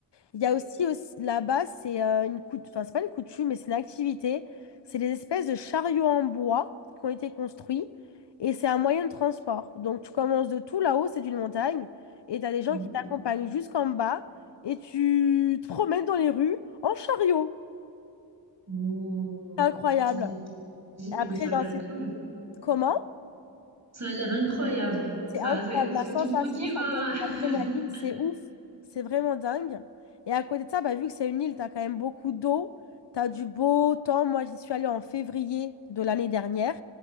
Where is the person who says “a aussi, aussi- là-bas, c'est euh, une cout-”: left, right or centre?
Left